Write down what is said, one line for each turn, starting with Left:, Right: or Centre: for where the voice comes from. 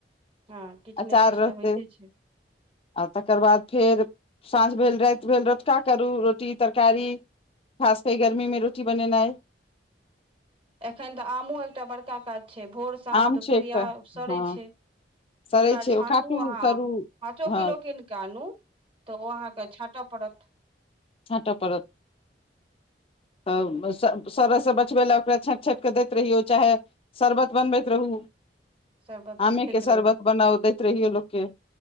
Right: हँ किछ
Left: अचार
Right: नै किछ
Left: रहतै
Right: तऽ होइते छै
Left: आ तकर बाद फेर साँझ भेल राइत भेल रतुका करू रोटी तरकारी खास केँ गर्मी में रोटी बनेनै <inaudible>
Right: एखन तऽ आमो एकटा बड़का काज छै भोर साँझ
Left: आम
Right: दुोपहरिया
Left: छै एकटा
Right: सड़ै
Left: हँ
Right: छै
Left: सड़ै
Right: ओकरा
Left: छै
Right: छाँटू
Left: ओ काटू
Right: अहाँ
Left: तरू
Right: आम पाँचो
Left: हँ
Right: किलो कीन कऽ आनू तऽ ओ अहाँ कऽ छाँट पड़त
Left: छाँट परत तऽ <unintelligible> सर बचबै लए ओकरा छाँट छाँट कऽ दैत रहियौ चाहे शरबत बनबैत रहू
Right: शरबत
Left: आमे
Right: बनबैत
Left: के शरबत
Right: रहू
Left: बनाउ दैत रहियौ लोक केँ